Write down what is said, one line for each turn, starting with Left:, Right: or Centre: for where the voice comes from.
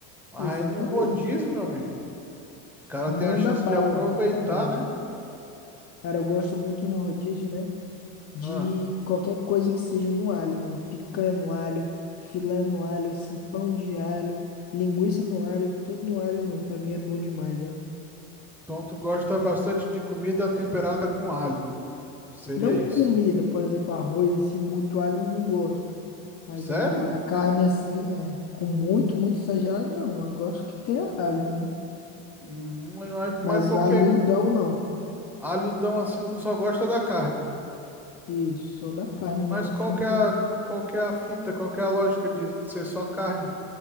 Centre: Mas
Left: É, exatamente.
Centre: aí no rodízio, meu amigo, o cara tem
Left: Manda
Centre: a chance
Left: bala,
Centre: de aproveitar,
Left: manda bala.
Centre: né?
Left: Cara, eu gosto muito no rodízio, né? De
Centre: Ah.
Left: qualquer coisa que seja no alho, mano. Picanha no alho, filé no alho, assim, pão de alho, linguiça no alho, tudo no alho, mano. Pra mim é bom demais, ó.
Centre: Então tu gosta bastante de comida temperada com alho. Seria
Left: Não
Centre: isso.
Left: comida, por exemplo, arroz assim, muito alho eu não gosto. Mas
Centre: Sério?
Left: um, uma carne assim, é, com muito, muito exagerado, não. Eu gosto que tenha alho, né?
Centre: Uhum, mas, mas
Left: Mas
Centre: por
Left: alhudão
Centre: que
Left: não.
Centre: alhodão assim tu só gosta da carne?
Left: Isso, só da carne mesmo
Centre: Mas
Left: assim
Centre: qual que
Left: com.
Centre: é a, qual que é a fita, qual que é a lógica de ser só carne